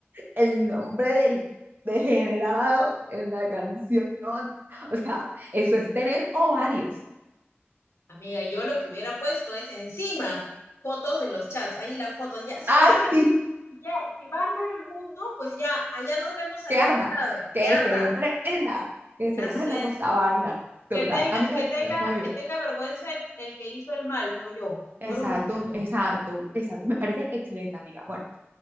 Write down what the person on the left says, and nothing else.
Amiga, yo lo que hubiera puesto es encima fotos de los chats, ahí las fotos, ya, si
va a arder, ya, si va a arder el mundo, pues ya, allá nos vemos
al
otro lado,
que arda,
así
es.
Que tenga,
que tenga,
que tenga vergüenza el, el que hizo el mal, no yo,
por último.